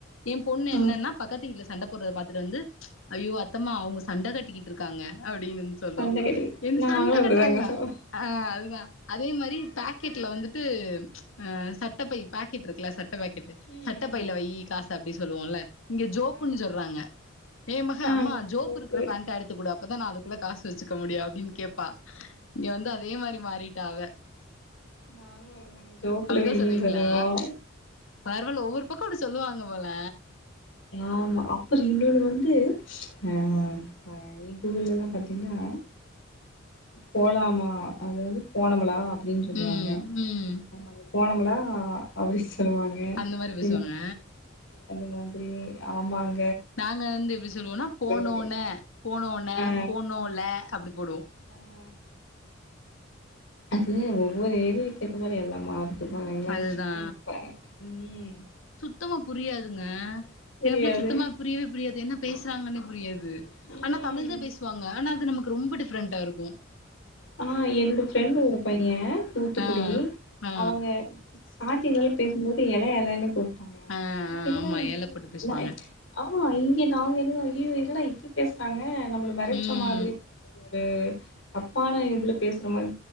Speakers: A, on the left; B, on the left.
A: என் பொண்ணு
B: ஆ
A: என்னன்னா பக்கத்து வீட்ல சண்ட போடுறத பாத்தட்டு வந்து ஐயோ அத்தமா அவுங்க சண்ட கட்டிக்கிட்டு இருக்காங்க அப்டினு வந்து சொல்லும்
B: சண்ட கட்டிக்கிட்டு
A: என்
B: நாங்களு
A: சண்ட
B: அப்டிதாங்க
A: கட்றாங்களா
B: சகோ
A: ஆ அதுதான் அதே மாரி பாக்கெட்ல வந்துட்டு அ சட்டப்பை பாக்கெட் இருக்குல்ல சட் பாக்கெட்டு
B: ம்
A: சட்ட பைல
B: ஆமாங்க
A: வை காச அப்டி சொல்லுவோல இங்க ஜோப்புன்னு
B: ஆ
A: சொல்றாங்க ஏ மக
B: ஆ
A: அம்மா ஜோப்பு
B: சேர்
A: இருக்குற
B: சேர்
A: பேண்ட்டா எடுத்து குடு அப்பதா நா அதுக்குள்ள காசு வச்சுக்க முடியு அப்டினு கேட்பா இங்க வந்து அதே மாரி மாறிட்டா அவ
B: நாங்களும் அப்பதாங்க ஜோப்லு
A: அப்டிதா சொல்லுவீங்களா
B: சொல்லோம்
A: பரவால்ல ஒவ்வொரு பக்கோ அப்டி சொல்லுவாங்க போல
B: ஆமா அப்புறம் இன்னொ வந்து வந்து ஆ எங்க ஊர்ல பார்த்தீங்கன்னா போலாமா அத வந்து போனாங்கல சொல்லுவாங்க
A: ம் ம்
B: ஆமா போனமுலாம் அப்படிச்ச சொல்லுவாங்க
A: அந்த மாரி பேசுவாங்க
B: என்னீ அந்த மாதிரி ஆமாங்
A: நாங்க வந்து எப்படி சொல்லுவோம்னா போனோனே
B: ஒரு
A: போனோ
B: ஆ
A: போனோல அப்படிின் கூப்படுோ
B: ஆ அது ஒவ்வொரு ஏரியாக்கு ஏத்த மாரி எல்லா மாறு எத்து <unintelligible> பாருங்களே
A: அதுதா
B: என்னப்ப ம்
A: சுத்தம புரியாதுங்க
B: புரியாது
A: எனக்குல்லா சுத்தமா புரியவே புரியாது என்ன பேசுறாங்கன்னே புரியாது து
B: ம்
A: ஆனா தமிழ் தா பேசுவாங்க ஆனா அது நமக் ரொம்ப டிஃப்ரெண்டா இருக்கூ
B: ஆ என்னோட ஃப்ரெண்ட்டு ஒரு பையே துத்துக்குடி
A: ஆ ஆ
B: அவுங்க ஸ்டார்ட்டிங்ல பேசும்போது எல எல ணு கூப்ட்டாங்க
A: ஆ
B: எனக்கு
A: ஆமா
B: இரு இப்டி
A: ஏல போட்டு பேசுவாங்க
B: ஆ இங்க நாங்க எது ஐயயோ இப்டி பேசுறாங்க நம்மளை மிரட்டுற
A: ம்
B: மாதிரி ஒரு அப் தப்பான இதில பேசுற மாரி